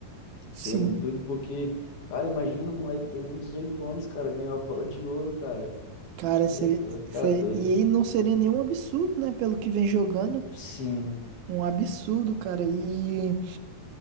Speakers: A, on the right; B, on the left.
A: Sim.
B: Seria muito doido porque, cara, imagina um moleque que tem nem 18 anos, cara, ganhou a bola de ouro, cara.
A: Cara,
B: Você
A: seria,
B: é doido,
A: se-
B: tá doido.
A: e ele não seria nenhum absurdo, né? Pelo que vem jogando,
B: Sim,
A: um absurdo, cara. E,